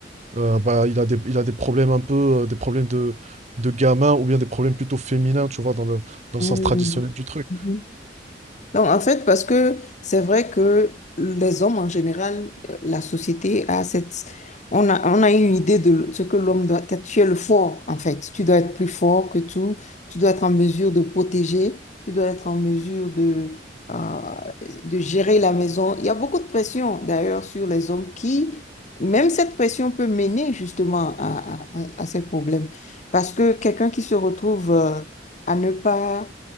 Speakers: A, on the right; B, on the left.
A: euh, bah, il a des, il a des problèmes un peu, euh, des problèmes de, de gamin ou bien des problèmes plutôt féminins, tu vois, dans le, dans
B: mhm,
A: le sens traditionnel
B: mhm,
A: du truc.
B: mhm. Donc, en fait, parce que c'est vrai que les hommes en général, euh, la société a cette... On a, on a une idée de ce que l'homme doit être. Tu es le fort, en fait. Tu dois être plus fort que tout. Tu dois être en mesure de protéger. Tu dois être en mesure de, euh, de gérer la maison. Il y a beaucoup de pression, d'ailleurs, sur les hommes qui, même cette pression peut mener justement à, à, à à ces problèmes. Parce que quelqu'un qui se retrouve, euh, à ne pas